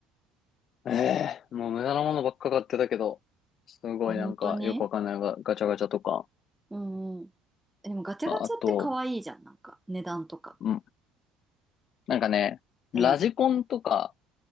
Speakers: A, on the left; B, in the centre.
A: ええもう無駄なものばっか買ってたけど、すごいなんかよくわかんないがガチャガチャとか、
B: あ、本当にうんうん。えでもガチャガチャって可愛いじゃん。
A: ああと、
B: なんか、値段とか。
A: うんなんかね、
B: うん。
A: ラジコンとか